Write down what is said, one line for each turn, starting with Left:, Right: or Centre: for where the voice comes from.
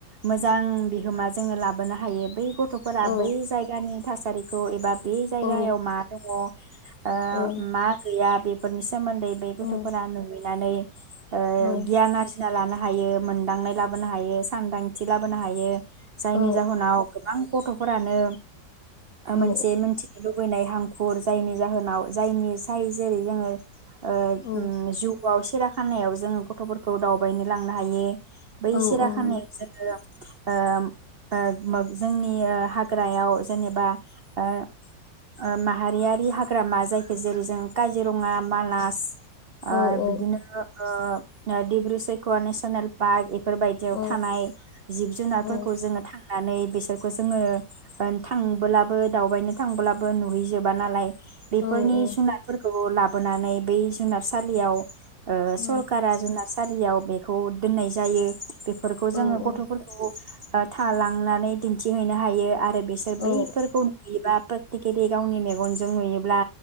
Right: मोजां बिहोमा जोङो लाबोनो हायो बै गथ गथ'फोरा
Left: औ
Right: बै जायगानि थास थ एबा बे जायगायाव
Left: औ
Right: मा दङ ओह
Left: औ
Right: मा गैया फोरनिस सोमोन्दै बे गथ'फोरा
Left: औ
Right: नुय नानै ओ
Left: औ
Right: गियान आरजिना लानो हायो मोनदांनाय लाबोनो हायो सांदांथि लाबोनो हायो। जायनि
Left: औ
Right: जाहोनाव गोबां गथ'फोरानो मोनसे
Left: औ
Right: मोनथिनो लुबैनाय हांख खर जायनि जाहोनाव जायनि जाय जेरै जोङो ओह
Left: औ
Right: उम जु वाव सिराखानायाव जोङो गथ'फोरखौ दावबायनो लांनो हायो। बै
Left: औ
Right: सिराखानायाव
Left: औ नंगौ
Right: जोङो ओम ओ मोग जोंनि ओ हाग्रायाव जेनेबा ओ ओ माहारियारि हाग्रामा जायखौ जेरै जों काजिरङा मानास ओ
Left: औ
Right: बिदिनो
Left: औ
Right: ओ दिब्रु सेखवा नेसनेल पार्क बेफोरबायदियाव
Left: औ
Right: थानाय जिब जुनारफोरखौ
Left: औ
Right: जोङो थाङो होननानै बिसोरखौ जोङो थांबोलाबो दावबायनो थांब्लाबो नुहैजोबा नालाय बेफोरनि
Left: औ औ
Right: जुनारफोरखौ ला लाबोनानै बै जुनारसालियाव ओह
Left: औ
Right: सरखारा जोंना सारियाव बेखौ दोननाय जायो बेफोरखौ
Left: औ
Right: जोङो गथ'फोरखौ थालांनानै थिंहैनो हायो आरो बिसोर
Left: औ
Right: बैफोरखौ नुयोबा प्रेथिकेलि गावनि मेगनजों नुयोब्ला